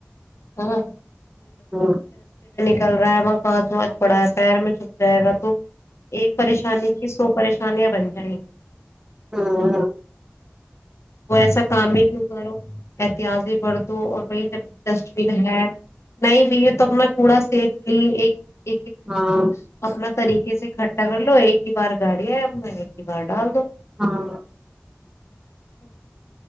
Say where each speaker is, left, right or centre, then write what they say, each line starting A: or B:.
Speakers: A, on the left; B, on the right.
A: ہاں
B: ہ
A: چل رہا ہے وہاں کانچ وانچ پڑا ہے پیر میں چھپ جائے گا تو ایک پریشانی کی سو پریشانی سانیا بن جائیں
B: ہاں ہاں
A: وہ ایسا کام ہی کی کروں ایاز ہی پڑھ اور وہی جب ڈسٹ بین ہے نہیں بھی یہ تو اپنا کوڑا سیفلی ایک ایک ایک
B: ہاں
A: اپنا طریقے سے کھٹ ک کر لو ایک ہی بار گاڑی ہے اب میں ایک ہی بار ڈال دو
B: ہاں
A: جی <unintelligible>